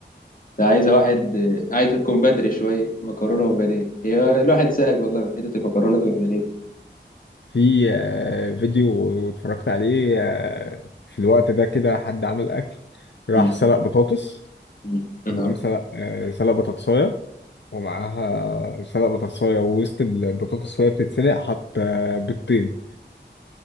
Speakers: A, on the left (about 45°); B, on the left (about 70°).
A: ده عايزه واحد آه، عايزه تكون بدري شويه مكرونه وبانيه هي الواحد زهق والله من حته المكرونات والبانيه دي
B: في آه، فيديو اتفرجت عليه آه، في الوقت ده كده حد عمل اكل
A: مم.
B: راح سلق بطاطس
A: مم. يا
B: تمام
A: نهار أبيض.
B: سلق آه، سلق بطاطسايه ومعاها سلق بطاطساية ووسط البطاطس وهي بتتسلق حط آه، بيضتين